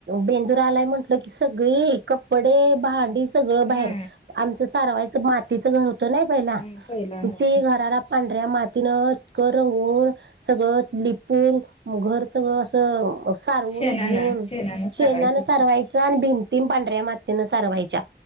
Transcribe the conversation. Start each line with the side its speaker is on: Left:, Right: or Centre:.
Right: बेंदुर आलाय म्हंटलं की सगळी कपडे, भांडी सगळं बाहेर.
Left: हा
Right: आमचं सारवायचं मातीचं घर होतं नाही पहिला
Left: हम्म पहिला हा
Right: ते घराला पांढऱ्या मातीनं कर रंगून सगळं लिपून मग घर सगळं असं सारवून
Left: शेणान
Right: घेऊन
Left: शेणान सारवायचं
Right: शेणान सारवायचं आणि भिं ती पांढऱ्या मातीनं सारवायच्या
Left: माती